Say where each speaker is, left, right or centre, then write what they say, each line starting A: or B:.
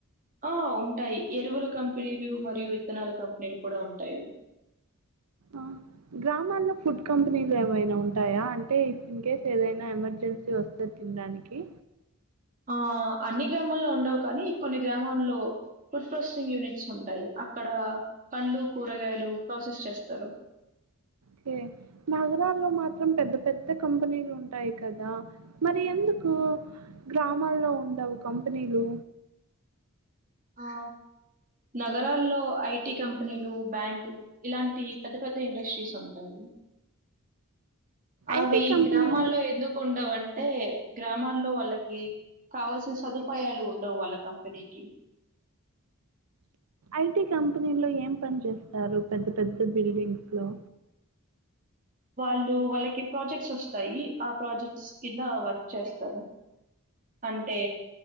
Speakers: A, on the right; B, on the right.
A: ఆ ఉంటాయి ఎరువుల కంపెనీలు మరియు విత్తనాల కంపెనీలు కూడా ఉంటాయి.
B: ఆ గ్రామాల్లో ఫుడ్ కంపెనీలు ఏమైనా ఉంటాయా అంటే ఇన్ కేస్ ఏదైన ఎమర్జెన్సీ వస్తే తిండానికి.
A: ఆ అన్ని గ్రామాల్లో ఉండవు కానీ కొన్ని గ్రామంలో ఫుడ్ టెస్టింగ్ యూనిట్స్ ఉంటాయి. అక్కడ పండ్లు కూరగాయలు ప్రాసెస్ చేస్తారు.
B: కే నగరలో మాత్రం పెద్ద పెద్ద కంపెనీలు ఉంటాయి కదా. మరి ఎందుకు గ్రామలో ఉండవు కంపెనీలు.
A: ఆ నగరాల్లో ఐటీ కంపెనీలు బ్యాంకులు ఇలాంటి పెద్ద పెద్ద ఇండస్ట్రీస్ ఉంటాయి. అవి
B: ఐటీ కంపెనీల్
A: గ్రామాల్లో ఎందుకు ఉండవు అంట్ టే గ్రామాల్లో వాళ్లకి కావాల్సిన సదుపాయాలు ఉండవు వాళ్ళ కంపెనీకి.
B: ఐటి కంపెనీలో ఏం పని చేస్తారు పెద్ద పెద్ద బిల్డింగ్స్ లో.
A: వాళ్లు వాళ్లకి ప్రాజెక్ట్స్ వస్తాయి ఆ ప్రాజెక్ట్స్ కింద వర్క్ చేస్తారు. అంటే.